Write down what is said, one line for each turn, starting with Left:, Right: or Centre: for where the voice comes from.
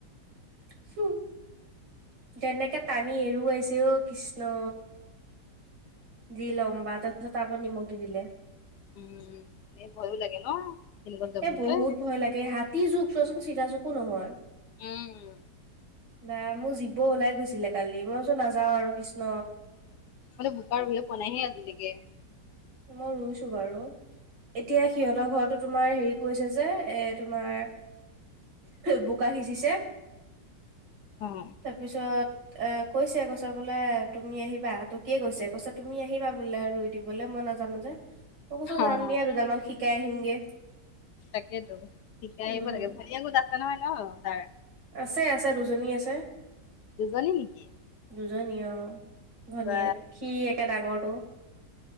Right: সু। কেনেকে টানি এৰুৱাইছে অ কৃষ্ণ যি লম্বাত। তছ তপান নিমগ দি দিল।
Left: উম এ ভয়ো লাগে ন। তেনেকুৱাত যাবলৈ
Right: এ বহুত ভয় লাগে হাতী জুক চোৱাচোন চিনাজুকো নহয়।
Left: উম
Right: বা মোৰ জীব ওলাই গৈছিলে কালি মইতো নাযাও আৰু কৃষ্ণ।
Left: মে বোকা ৰুইয়ে পোৱানাইহে আজিলৈকে।
Right: মই ৰুইছো বাৰু। এতিয়া সিহঁতৰ ঘৰতো তোমাৰ হেৰি কৈছে যে এ তোমাৰ বোকা সিজিছে।
Left: অ'।
Right: তাৰপিছত অ কৈছে কৈছা বোলে তুমি আহিবা তকিয়ে কৈছো কৈছা তুমি আহিবা বোলে ৰুই দিবলৈ মই নাজো জানো যে মই কচো
Left: অ',
Right: যাম দিয়া দুডাল মান শিকাই আহিমগে।
Left: তাকেতো ঠিকে
Right: উম
Left: আহিব লাগে ভনীয়ো গোট আছে নহয় ন তাৰ।
Right: আছে আছে দুজনী আছে
Left: দুজনী নেকি।
Right: দুজনী অ ভনীয়েক
Left: বা
Right: সি একে ডাঙৰটো।